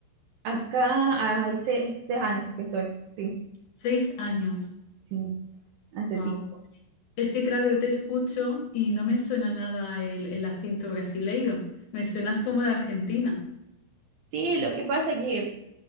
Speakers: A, on the right; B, on the left.
A: Acá hay se- seis, años que estoy, sí,
B: Seis años.
A: sí, hace
B: Wow.
A: tiempo.
B: Es que claro, yo te escucho y no me suena nada el, el acento brasileiro. Me suenas como de Argentina.
A: Sí, lo que pasa es que